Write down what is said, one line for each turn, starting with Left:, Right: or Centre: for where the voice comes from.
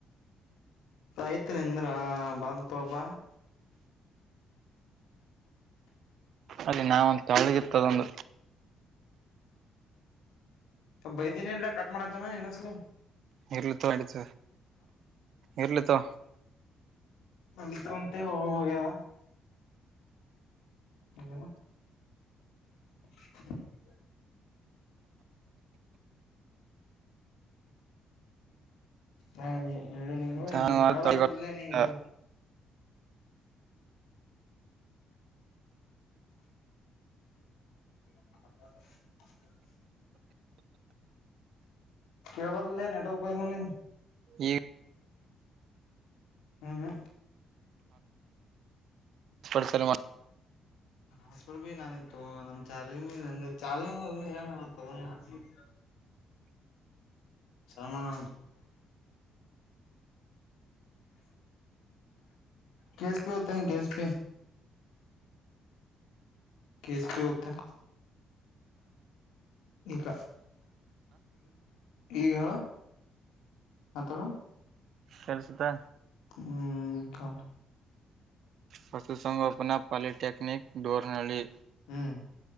Left: ರೈತರಿಂದ್ರ ಬಂದ್ಕಪ
Right: ಅಲ್ಲಿ ನಾವಂತಳ್ದಗಿತ್ತು ಅದೊಂದು
Left: ಬೈದೀನಿ ಎಲ್ಲ ಕಟ್ ಮಾಡತ್ತನ ನಿನ್ನೊಸಲಿ
Right: ಇರ್ಳ ತ ಆತ ಇರ್ಲಿ ತೋ
Left: ಅಲ್ಲಿ ತ ಒಂತ ಹ ಹೋಗಯಾ ಹ್ಮ <inaudible> ಹ ಇಲ್ಲಿ ನೀ
Right: ಜಾನುವಾರು
Left: ಕೆರ
Right: ತಳಿಗಳು
Left: ಇಲ್ಲ ನೀವು ಹ ಕೇಳಬಾರದಲ್ಲೇ ನಿನ್ನೆ ನೆಟ್ವರ್ಕ್ ಹೋಗಿದೆ ನಿನ್
Right: ಈ
Left: ಹ್ಮ್ ಹ್ಮ
Right: ಎಪ್ಪಡ್ ಸಲ ಮಾಡ
Left: ಹಸ್ಬರ್ ಭ ನಾನಿತ್ತು ನಮ ಚಾರ್ <unintelligible> ಚಾಲಿ <unintelligible> ಸರ್ಮ <unintelligible> ಕ್ಯಾಶ್ ಪೆ ಹತ ಕ್ಯಾಶ್ ಪೆ ಕ್ಯಾಶ್ ಪೇ ಹೋಗ್ತಾ ಈಗ ಈಗ ಹೇಳು ಮಾತಾಡು
Right: ಕೆಲ್ಸದಾ
Left: ಹ್ಮ್ ಕೊಂಡ
Right: ಪಶುಸಂಗೋಪನಾ ಪಾಲಿಟೆಕ್ನಿಕ್ ಡೋರ್ನಳಿ
Left: ಹ್ಮ್